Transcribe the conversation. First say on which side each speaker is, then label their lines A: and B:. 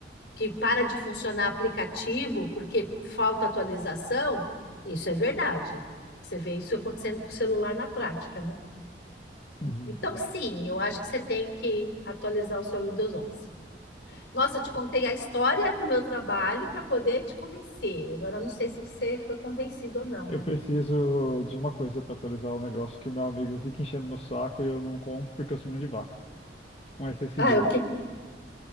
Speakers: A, on the left; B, on the left.
A: que para de funcionar aplicativo porque falta atualização, isso é verdade. Você vê isso acontecendo com o celular na prática, né?
B: Uhum.
A: Então,
B: É.
A: sim, eu acho que você tem que atualizar o seu Windows 11. Nossa, eu te contei a história do meu trabalho para poder te convencer. Agora, eu não sei se você foi convencido ou não,
B: Eu
A: né?
B: preciso de uma coisa para atualizar o negócio que o meu amigo fica enchendo meu saco e eu não compro porque eu sou mão de vaca. um SSD.
A: Ah, o que